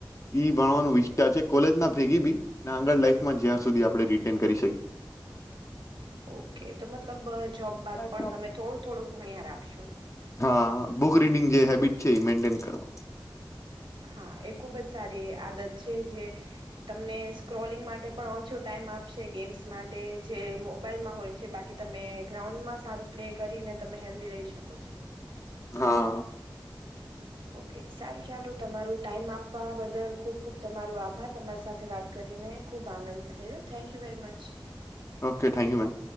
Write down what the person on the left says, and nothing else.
એ ભણવાનું વિસ્ટાર છે, કોલેજના ભેગી બી આગળ લાઈફમાં જ્યાં સુધી આપણે રિટેન કરી શકીએ.
જોબ
હા બુક રીડિંગ જે હેબિટ છે, એ મેન્ટેન કરવા.
હા.
ઓ કે થેન્ક યુ મેમ.